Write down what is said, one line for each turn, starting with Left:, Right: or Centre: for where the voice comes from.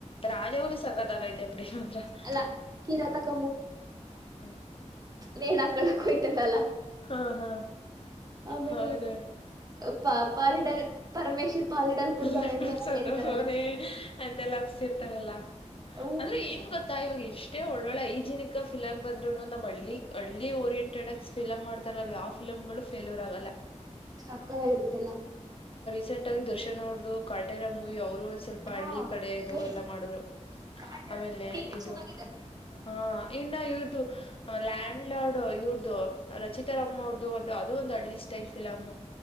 Left: ರಾಜಾಹುಲಿ ಸಕತಾಗಾಯ್ತೆ <unintelligible>
Right: ಅಲ್ಲ ಕಿರಾತಕ ನೇಣ ಹಾಕ್ಕೊಳಕ ಹೋಯ್ತದಲ್ಲ <unintelligible>
Left: ಹಾ ಹಾ
Right: ಆಮೇಲೆ
Left: ಹೌದ
Right: ಪ ಪ ಪಾಲಿಡಲ <unintelligible> ಪರಮೇಶಿ ಪಾಲಿಡಲ್ ಕುಡ್ದವನೆ
Left: ಎಲ್ಲ
Right: ಅಂತೆಲ್ಲಾ
Left: ಕುಡ್ಸೋದು
Right: ಹೇಳ್ತಾರಲ್ಲ
Left: ಅವನೇ ಅಂತೆಲ್ಲ ಅಬ್ಸ್ ಇರ್ತಾರಲ್ಲಾ
Right: ಹೂ
Left: ಅಂದ್ರೆ ಏನ್ ಗೊತ್ತಾ ಇವಾಗ ಎಷ್ <unintelligible> ಷ್ಟೆ ಒಳ್ಳೊಳ್ಳೆ ಐಜಿನಿಕಾಗ್ ಫಿಲಮ್ ಬಂದ್ರುನು ನಮ್ ಹಳ್ಳಿ ಹಳ್ಳಿ ಓರಿಂಟೆಡ್ ಆಗಿ ಫಿಲಮ್ ಮಾಡ್ತಾರ ಯಾವ ಫಿಲಂಗಳು ಫೆಲ್ಯೂರ್ ಆಗಲ್ಲ
Right: ಸಕ್ಕತಾಗಿರುತ್ತೆಲ್ಲ
Left: ಸೆಂಟ್ಲ್ ದೊಸ್ <unintelligible> <unintelligible> ನೋರ್ದು ಕಾಟೇರ ಮೂವಿ ಅವ್ರ <unintelligible> ಸ್ವಲ್ಪ
Right: ಹಾ
Left: ಹಳ್ಳಿ ಕಡೆ ಇದು
Right: ಏ
Left: ಎಲ್ಲ ಮಾಡಿದ್ರು
Right: ಕಾಟೇರ
Left: ಆಮೇಲೆ
Right: ಥೀಮ್
Left: ಇದು
Right: ಚೆನ್ನಾಗಿದೆ
Left: ಹ ಇನ್ನು ಇವ್ರ್ದ ಲ್ಯಾಂಡ್ ಲಾರ್ಡ್ ಇವ್ರದು ರಚಿತಾ ರಾಮ ಅವ್ರದು ಒಂದು ಅದು ಒಂದು ಹಳ್ಳಿ ಸ್ಟೈಲ್ ಫಿಲಮ್.